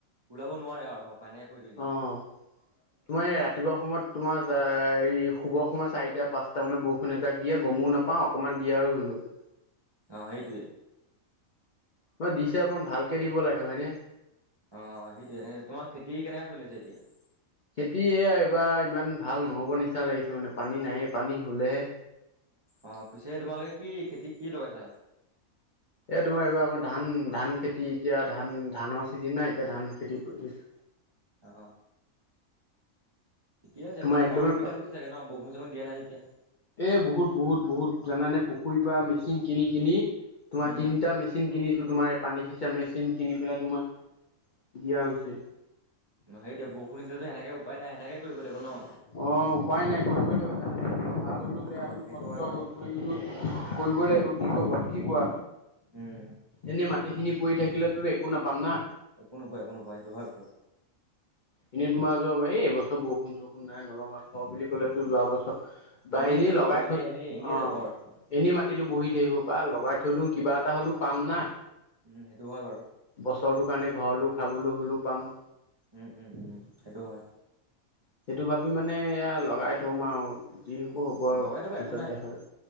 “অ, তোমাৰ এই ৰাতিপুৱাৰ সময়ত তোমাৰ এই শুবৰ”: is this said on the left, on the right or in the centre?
Left